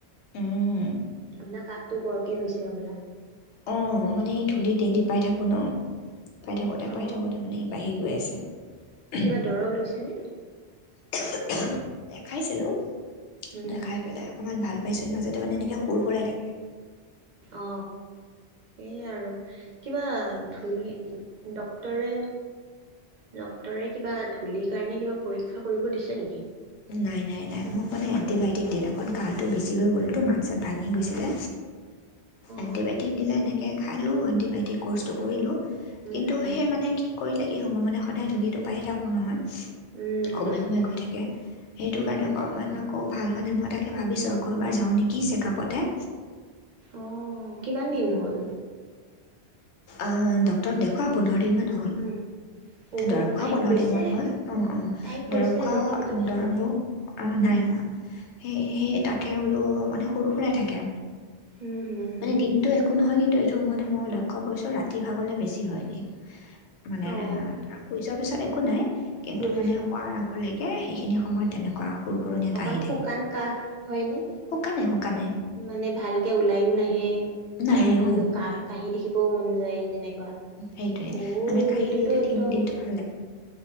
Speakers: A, on the left; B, on the right.
A: উম,
B: আপোনাৰ কাহটো বৰকে হৈছে হবলা?
A: অ', মানে ধূলি ডেইলি পাই থাকো ন। পাই থাকোঁতে,
B: অ
A: পাই থাকোঁতে মানে সি বাঢ়ি গৈ আছে। উহু',
B: কিবা দৰৱ লৈছেনে
A: উহ-উহ'। দেখাইছিলোঁ।
B: হুম
A: দেখাই
B: হুম
A: পেলাই অকণমান ভাল পাইছোঁ। এই মাজতে মানে এনেকে সুৰ সুৰাই থাকে।
B: অ সেই আৰু। কিবা ধূলি ডক্তৰে ডক্তৰে কিবা ধূলি কাৰণে কিবা পৰীক্ষা কৰিব দিছে নেকি?
A: নাই, নাই, নাই, মোক মানে এণ্টিবায়টিক দিলে। অকণ কাহটো বেছি হৈ গ'লতো মাত-চাত ভাঙি গৈছিলে। এণ্টিবায়টিক
B: অ
A: দিলে, এনেকে খালো। এতিয়া কোৰ্চটো
B: উম হুম
A: কৰিলোঁ।
B: উম
A: কিন্তু
B: হুম হুম
A: সে মানে কি কৰিলে কি হ'ব। মানে সদায় ধূলিটো পাই থাকো নহয়।
B: উম
A: সময়ে
B: উম
A: সময়ে
B: উম
A: গৈ থাকে। সেইটো
B: উম
A: কাৰণে
B: উম
A: অকণমান আকৌ অ', ভাল হোৱা নাই। মই তাকে ভাবিছোঁ, আকৌ এবাৰ যাওঁ নেকি চেক-আপতে।
B: অহ', কিমান দিন হ'ল?
A: অ', ডক্টৰ দেখোৱা পো দিনমান হ'ল।
B: উম, অ
A: দৰৱ খোৱাও
B: টাইম
A: পোন্ধৰ
B: হৈছে
A: দিনমান হ'ল অ', অ',
B: টাইম হৈছে
A: দৰৱ খোৱা
B: তথাপিতো
A: অ'
B: ভাল
A: দৰৱৰ
B: হোৱা নাই
A: আৰু নাই। সেই-সেইে তাকে বোলো অ', মানে সৰু সুৰাই থাকে।
B: উম হুম হুম
A: মানে দিনটো একো নহয়। কিন্তু টো মানে মই লক্ষ্য কৰিছো, ৰাতি ভাগ হ'লে বেছি হয়। মানে
B: অ
A: টা শুই যোৱাৰ পিছত একো একো নাই। কিন্তু
B: বুজিছো
A: মানে হোৱাৰ আগলৈ সে সেইখিনি সময়ত তেনেকুৱা সুৰ সুৰণি এটা
B: অকল
A: আহি থাকে
B: শুকান কাহ হয়নে?
A: শুকানে শুকানে
B: মানে ভালকে ওলাইও নাহে,
A: নাহে
B: আৰু কিন্তু
A: অঁ
B: কা-কাহি থাকিবও মন যায় তেনেকুৱা,
A: সেইটোৱে
B: অ
A: মানে কাঁহি
B: এইটোতো
A: দিলে
B: একদম
A: দিন দিনটো ভাল লাগে